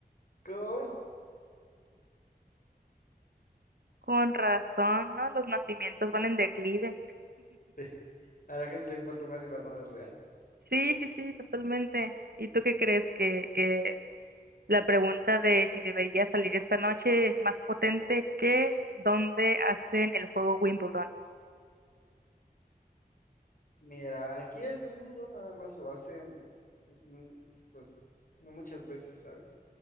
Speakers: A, on the left; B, on the right.
A: ¿Cómo?
B: con razón, ¿no? Los nacimientos van en declive.
A: Sí, a la gente le importa más si Batman es real.
B: Sí, sí, sí, totalmente. ¿Y tú qué crees que, que la pregunta de si debería salir esta noche es más potente que dónde hacen el juego Wimbledon?
A: Mira, aquí el Wimbledon nada más lo hacen, mm, pues, no muchas veces, ¿sabes?